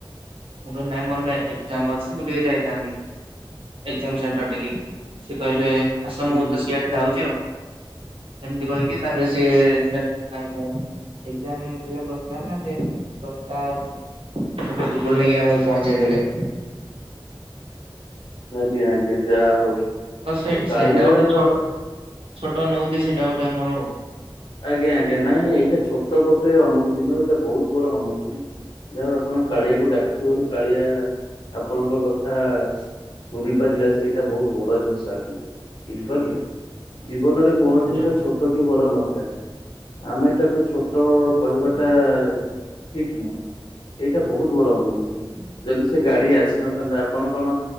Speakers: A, on the right; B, on the left.
A: ମୁଁ କହିଲି ନାଇଁ ମୋର ସେ ଏକ୍ଜାମ ଅଛି ମୁଁ ଟିକେ ଯାଇଥାନ୍ତି। ଏକ୍ଜାମ ସେଣ୍ଟର ଟିକେ ସେ କହିଲେ ଆସ
B: ହୁଁ
A: ମୁଁ
B: ହୁଁ
A: ତ ସିଆଡେ ଯାଉଛି ଆଉ। ସେମିତି କହିକି ତାପରେ ସିଏ ନେଲେ ସାଙ୍ଗେ ସାଙ୍ଗେ ମାନେ। ଏକ୍ଜାମ ଥିଲା ଦଶଟା ରେ ନା ସିଏ ଦଶଟା ଆମ୍ ପାଞ୍ଚ ମିନିଟ୍ ପୂବରୁ ନେଇକି ଆମକୁ ପହଞ୍ଚେଇ ଦେଲେ।
B: ଆଜ୍ଞା ଆଜ୍ଞା ଯା ହଉ
A: ତ ସେ
B: କାଳିଆ
A: ସେଇଟା ଗୋଟେ
B: ର।
A: ଛୋଟ ଛୋଟ ଅନୁଭୁତି ସେଇଟା ଗୋଟେ ଆମର।
B: ଆଜ୍ଞା ଆଜ୍ଞା ନାଇଁ ନାଇଁ ଏଇଟା ଛୋଟ ଗୋଟେ ଅନୁଭୂତି ନୁହଁ ଏଇଟା ବହୁତ ବଡ ଅନୁଭୂତି। ଯୋଉ ଆପଣ କାଳିଆକୁ ଡାକିଥିବାରୁ କାଳିଆ ଆପଣଙ୍କ କଥା। ଶୁଣି ପାରିଲା ସେଇଟା ବହୁତ ବଡ ଜିନିଷ ଆଜ୍ଞା ବୁଝିପାରିଲେ। ଜୀବନରେ କୌଣସି
A: ଆଜ୍ଞା
B: ଜିନିଷ ଛୋଟ କି ବଡ ନଥାଏ। ଆମେ ତାକୁ ଛୋଟ କହିବା ଟା ଠିକ ନୁହଁ। ଏଇଟା ବହୁତ ବଡ ଅନୁଭୂତି ଯଦି ସେ ଗାଡି ଆସିନଥାନ୍ତା ଆପଣ କଣ।